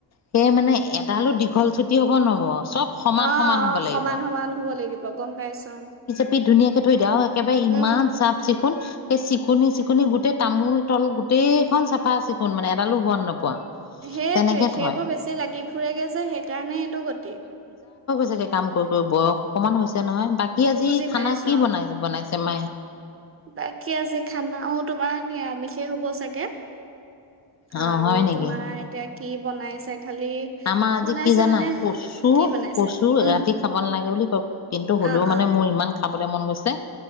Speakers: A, on the left; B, on the right.
A: সে মানে এ তালো দীঘল-ছুটি হ'ব নহ'ব। চব সমান
B: অ'
A: সমান হ'ব
B: অ'
A: লাগিব।
B: সমান-সমান হ'ব লাগিব গম পাইছো
A: পি ধুনীয়াকে থৈ দিয়ে। আও একেবাৰে ইমান
B: উম
A: চাফ-চিকুণ সেই চিকুনি-চিকুনি গোটেই তামোল তল গোটেইখন চাফা-চিকুণ মানে এডালো বন নোপোৱা
B: সেইটোৱে,
A: তেনেকে
B: সেইবোৰ
A: থয়
B: বেছি লাগি ফুৰেগে যে সেইকাৰণে এইটো গতি।
A: গে কাম কৰি কৰি, বয়স অকমান হৈছে নহয়। বাকী আজি
B: বুজি
A: খানা
B: পাইছো
A: কি
B: অ'।
A: বনাই বনাইছে মায়ে
B: বাকী আজি খানাও তোমাৰ নিৰা আমিষে হ'ব চাগে।
A: অ
B: আৰু
A: হয় নেকি
B: তোমাৰ এতিয়া কি বনাইছে? খালি
A: আমাৰ আজি
B: বনাইছে
A: কি জানা
B: মানে
A: কচুৰ,
B: কি বনাইছে
A: কচু
B: উম
A: ৰাতি খাব নালাগে বুলি ক কিন্তু হ'লেও
B: অ
A: মানে
B: অ
A: মোৰ ইমান খাবলৈ মন গৈছে